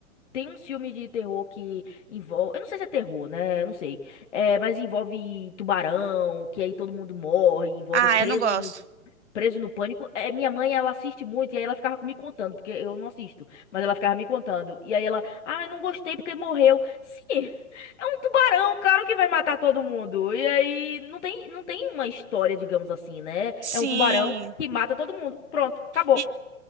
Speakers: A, on the left (about 55°); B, on the right (about 55°).
A: Tem um filme de terror que envolve, eu não sei se é terror, né, eu não sei, é, mas envolve tubarão, que aí todo mundo morre, envolve
B: Ah,
A: preso
B: eu não gosto.
A: Preso no Pânico. É, minha mãe, ela assiste muito e aí ela ficava me contando, porque eu não assisto, mas ela ficava me contando. E aí ela, ah, eu não gostei porque morreu. Sim, é um tubarão, claro que vai matar todo mundo. E aí não tem, não tem uma história, digamos assim, né?
B: Sim.
A: É um tubarão que mata todo mundo. Pronto, acabou.
B: E,